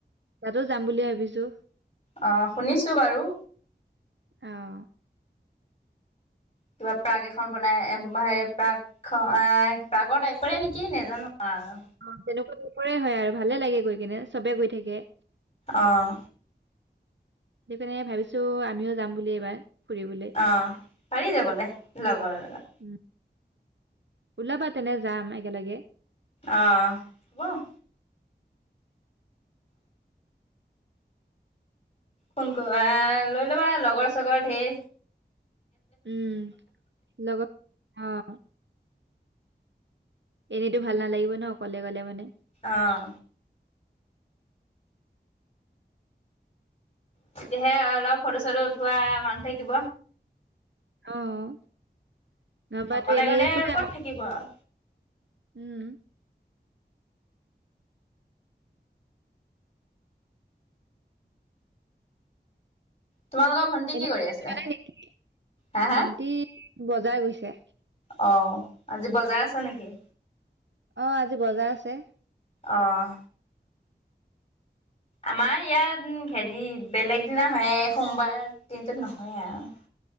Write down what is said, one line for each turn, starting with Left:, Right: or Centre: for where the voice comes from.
Right: তাতো যাম বুলি ভাবিছো।
Left: অঁ, শুনিছো বাৰু।
Right: অঁ।
Left: কিবা প্ৰাগ এখন বনাই প্ৰাগ খ এ প্ৰাগৰ টাইপৰে নেকি নজানো। অঁ।
Right: অ তেনেকুৱা নকৰেই হয় আৰু ভালে লাগে গৈ কেনে চবে গৈ থাকে।
Left: অঁ।
Right: সেইটো কাৰণে ভাবিছো আমিও যাম বুলি এইবাৰ। ফুৰিবলৈ
Left: অঁ, পাৰি যাবলে লগৰে লগত।
Right: উম ওলাবা তেনে যাম একেলগে।
Left: অঁ হব। ফোন কৰ আহ লৈ ল'বা লগৰ চগৰ ধেৰ।
Right: উম লগত অঁ, এনেইতো ভাল নালাগিব ন অকলে গ'লে মানে।
Left: অঁ, তেতিয়াহে অলপ ফটো ছটো উঠোৱা মানুহ থাকিব।
Right: অঁ। নবাতো
Left: অকলে
Right: এনেই
Left: গ'লে
Right: কোনে
Left: আৰু ক'ত
Right: আমাক।
Left: থাকিব আৰু।
Right: উম।
Left: তোমালোকৰ ভন্টি
Right: এনে
Left: কি কৰি
Right: তুমি
Left: আছে
Right: যোৱা নাই নেকি
Left: হা হা।
Right: ভন্টি বজাৰ গৈছে।
Left: অঁ, আজি বজাৰ আছে নেকি?
Right: অঁ, আজি বজাৰ আছে।
Left: অঁ। আমাৰ ইয়াত হেৰি বেলেগ দিনা হয় সোমবাৰ দিনটোত নহয় আৰু।